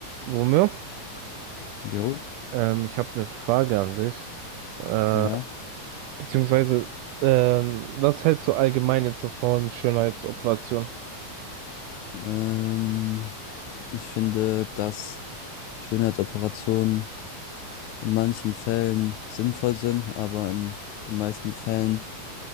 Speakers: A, on the right; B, on the left.
A: Romeo,
B: Jo,
A: ähm, ich habe eine Frage an dich. Äh,
B: ja.
A: beziehungsweise, ähm, was hältst du allgemein jetzt so von Schönheitsoperationen?
B: Ähm, ich finde, dass Schönheitsoperationen in manchen Fällen sinnvoll sind, aber in den meisten Fällen